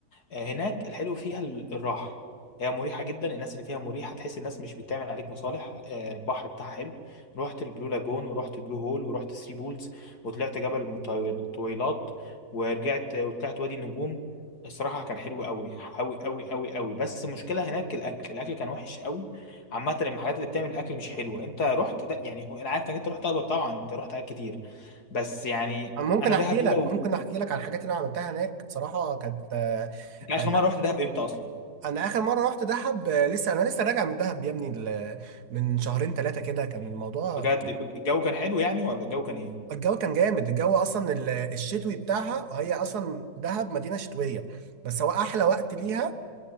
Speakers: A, on the left; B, on the right.
A: آه، هناك الحلو فيها ال- الراحه هي مريحه جدا الناس اللي فيها مريحه تحس الناس مش بتعمل عليك مصالح آه، البحر بتاعها حلو رحت البلو لاجون ورحت بلو هول ورحت ثري بولز وطلعت جبل مطويل- طويلات ورجعت وطلعت وادي النجوم الصراحه كان حلو قوي قوي قوي قوي قوي بس المشكله هناك الاكل الاكل كان وحش قوي عامة المحلات اللي بتعمل الأكل مش حلوة أنت رحت ده يعني أنا عارف إنك أنت رحت دهب طبعا أنت رحت حاجات كتير بس يعني
B: أنا ممكن
A: أنا
B: احكي
A: دهب دي
B: لك
A: لو
B: ممكن احكي لك على الحاجات اللي انا عملتها هناك بصراحه كانت آه،
A: أنت آخر
B: آه،
A: مرة رحت دهب إمتى أصلا؟
B: انا اخر مره رحت دهب آه، لسه انا لسه راجع من دهب يا ابني ال- من شهرين ثلاثه كده كان الموضوع
A: بجد الجو كان حلو يعني ولا الجو كان إيه؟
B: الجو كان جامد الجو اصلا ال- الشتوي بتاعها هي اصلا دهب مدينه شتويه بس هو احلى وقت ليها